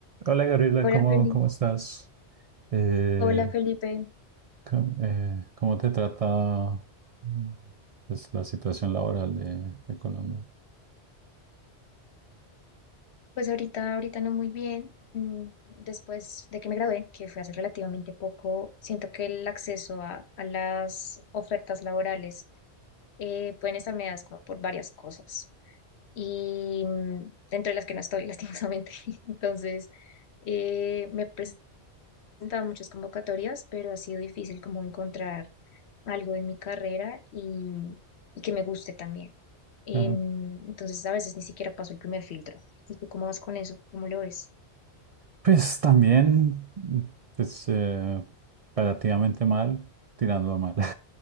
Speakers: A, on the right; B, on the left.
A: Hola Gabriela,
B: Hola
A: ¿cómo,
B: Felipe.
A: cómo estás? Eh,
B: Hola Felipe.
A: ¿cómo, eh, cómo te trata mm, pues, la situación laboral de, de Colombia?
B: Pues ahorita, ahorita no muy bien. Mm, Después de que me gradué, que fue hace relativamente poco, siento que el acceso a, a las ofertas laborales eh, pueden estar mediadas como por varias cosas. Y mm, dentro de las que no estoy, <laughs> lastimosamente. Entonces, eh, me he presentado a muchas convocatorias, pero ha sido difícil como encontrar algo en mi carrera y, y que me guste también. Em,
A: Claro.
B: entonces a veces ni siquiera paso el primer filtro. ¿Y tú cómo vas con eso? ¿Cómo lo ves?
A: Pues también, mm, pues eh, relativamente mal, tirando a mal. <laughs>